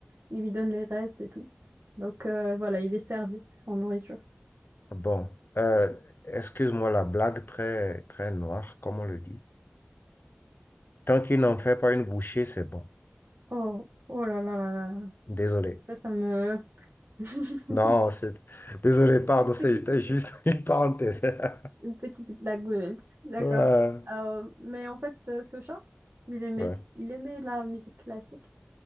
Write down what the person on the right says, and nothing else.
il lui donne les restes et tout. Donc euh, voilà, il est servi en nourriture.
Oh, oh là là là là,
ça, ça me. <laughs>
Une
petite-
Une petite blagounette, d'accord.
Euh, mais en fait, euh, ce chat, il aimait,
il aimait la musique classique.